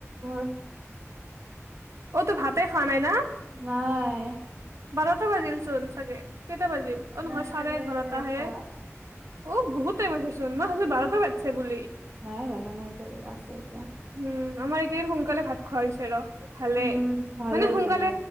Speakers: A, on the right; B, on the right.
A: <unintelligible>
B: অতো ভাতে খোৱা নাই না?
A: নাই।
B: বাৰতা বজিল চোন চাগে। কেইটা বাজিল? অ' নহয়
A: নাই
B: চাৰে এঘাৰটাহে
A: এঘাৰটা
B: অ', বহুত টাইম আছে মই ভাবছো বাৰটা বাজছে বুলি।
A: নাই বজা নাই <unintelligible> এতিয়া
B: উম আমাৰ এইকেদিন সোনকালে ভাত খোৱা হৈছে ৰ ভালে
A: উম ভালে
B: মানে
A: হৈছে
B: সোনকালে,
A: দে